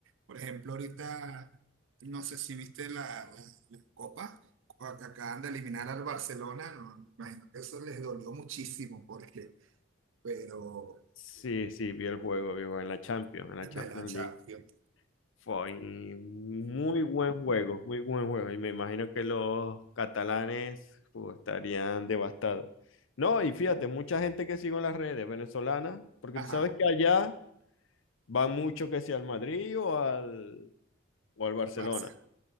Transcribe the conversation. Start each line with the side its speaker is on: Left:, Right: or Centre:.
Right: Por ejemplo, ahorita, no sé si viste la, la, la Copa, cuando que acaban de eliminar al Barcelona, no, me imagino que eso les dolió muchísimo porque, pero
Left: Sí, sí, vi el juego, viejo, en la Champions, en la Champions
Right: de la Champions,
Left: League. Fue muy buen juego, muy buen juego. Y me imagino que los catalanes pues, estarían devastados. No, y fíjate, mucha gente que sigo en las redes venezolanas, porque
Right: ajá,
Left: tú sabes que allá van mucho que si al Madrid o al, o al Barcelona.
Right: al Barça.